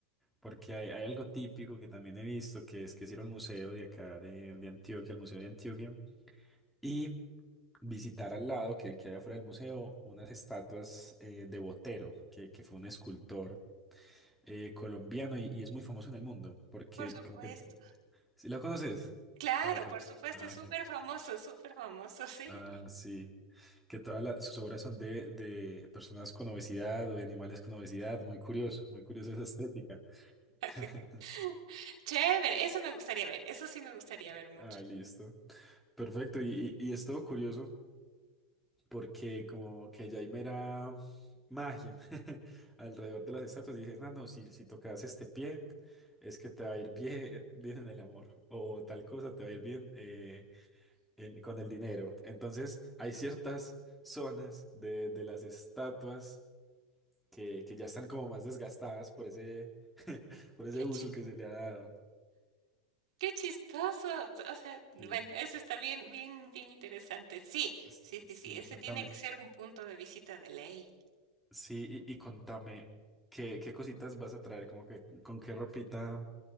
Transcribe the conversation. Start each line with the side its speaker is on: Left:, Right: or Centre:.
Centre: porque hay, hay algo típico que también he visto, que es que es ir al museo de acá de, de Antioquia, al Museo de Antioquia, y visitar al lado que, que hay afuera del museo unas estatuas eh, de Botero, que, que fue un escultor eh, colombiano y, y es muy famoso en el mundo, porque
Right: Por supuesto.
Centre: como que... ¿Sí ¿Lo conoces?
Right: Claro,
Centre: A Botero.
Right: por supuesto,
Centre: Ah,
Right: es súper
Centre: ok.
Right: famoso, superfamoso, famoso, sí.
Centre: Ah, sí. Que todas las- sus obras son de, de personas con obesidad o de animales con obesidad. Muy curioso, muy curiosa esa estética.
Right: <laughs>
Centre: <laughs>
Right: Chévere, eso me gustaría ver, eso sí me gustaría ver mucho.
Centre: Ah, listo. Perfecto, y, y, y es todo curioso porque como que ya hay mera magia <laughs> alrededor de las estatuas. Y dices, no, no, si, si tocas este pie, es que te va a ir bien, bien en el amor, o tal cosa, te va a ir bien eh, en- con el dinero. Entonces hay ciertas zonas de, de las estatuas que, que ya están como más desgastadas por ese, <laughs> por ese
Right: Qué
Centre: uso que se le ha dado.
Right: Qué chistoso. O sea, bueno,
Centre: Sí.
Right: eso está bien, bien, bien interesante. Sí,
Centre: S-
Right: sí, sí,
Centre: Sí,
Right: sí. Ese
Centre: contame.
Right: tiene que ser un punto de visita de ley.
Centre: Sí, y, y contame, ¿qué, qué cositas vas a traer? Como que con qué ropita